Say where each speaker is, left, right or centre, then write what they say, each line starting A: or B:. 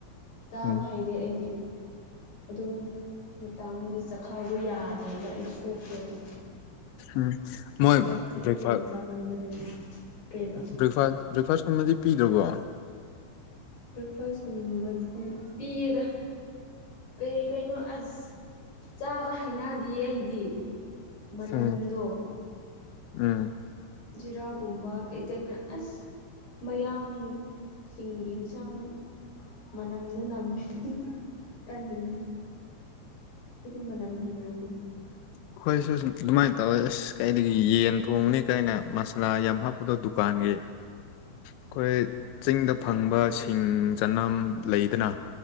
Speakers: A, on the left; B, on the left.
A: ꯆꯥꯕ
B: ꯎꯝ
A: ꯍꯩꯇꯦ ꯑꯩꯗꯤ ꯑꯗꯨ ꯃꯇꯝꯗꯤ ꯆꯈꯥꯎꯗꯣ ꯌꯥꯗ꯭ꯔꯦꯕ ꯑꯩ ꯁꯣꯛꯀꯦꯕ
B: ꯎꯝ ꯃꯣꯏ
A: ꯆꯥꯛ ꯊꯦꯡ
B: ꯕ꯭ꯔꯦꯐꯥ
A: ꯊꯦꯡꯅ ꯆꯥꯃꯟꯕꯗꯒꯤ ꯀꯩꯕ
B: ꯕ꯭ꯔꯦꯛꯐꯥꯁ ꯕ꯭ꯔꯦꯛꯐꯥꯁꯀꯨꯝꯕꯗꯤ ꯄꯤꯗ꯭ꯔꯕꯣ
A: ꯕ꯭ꯔꯦꯛꯐꯥꯁꯀꯨꯝꯕꯗꯤ ꯄꯤꯌꯦꯗ ꯀꯔꯤ ꯀꯩꯅꯣ ꯑꯁ ꯆꯥꯕ ꯍꯩꯅꯥꯗꯤꯌꯦ ꯑꯩꯗꯤ ꯃꯅꯝꯗꯣ
B: ꯎꯝ ꯎꯝ
A: ꯖꯤꯔꯥꯒꯨꯝꯕ ꯀꯩ ꯀꯩ ꯃꯅꯥ ꯑꯁ ꯃꯌꯥꯡ ꯁꯤꯡꯗꯤ ꯏꯟꯁꯥꯡ ꯃꯅꯝꯗꯨ ꯅꯝꯃꯤ ꯇꯜꯂꯦ ꯑꯩꯗꯤ ꯃꯅꯝ ꯍꯩꯅꯗꯦ
B: <unintelligible> ꯑꯈꯣꯏꯁꯨ ꯑꯗꯨꯃꯥꯏꯅ ꯇꯧꯋꯦ ꯑꯁ ꯀꯩꯗꯒꯤ ꯌꯦꯟ ꯊꯣꯡꯕꯅꯤ ꯀꯩꯅꯦ ꯃꯁꯂꯥ ꯌꯥꯝ ꯍꯥꯞꯄꯗꯣ ꯗꯨꯀꯥꯟꯒꯤ ꯑꯈꯣꯏ ꯆꯤꯡꯗ ꯐꯪꯕ ꯁꯤꯡ ꯆꯅꯝ ꯂꯩꯗꯅ